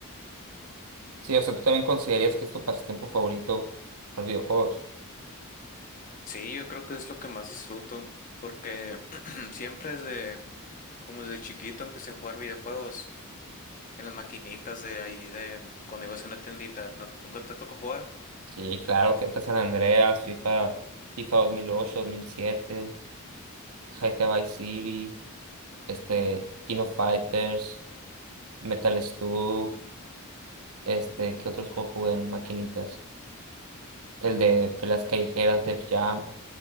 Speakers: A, on the right; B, on the left.
A: Sí, o sea, ¿tú también considerarías que es tu pasatiempo favorito por videojuegos?
B: sí, yo creo que es lo que más disfruto, porque <clears throat> siempre desde, como desde chiquito empecé a jugar videojuegos. En las maquinitas de ahí de cuando ibas a una tiendita, ¿no- ¿nunca te tocó jugar?
A: Sí, claro, GTA San Andreas, FIFA, FIFA 2008, 2007, GTA Vice City, este, King of Fighters, Metal Slug, este, ¿qué otros juegos jugué en maquinitas? El de peleas callejeras, Def Jump,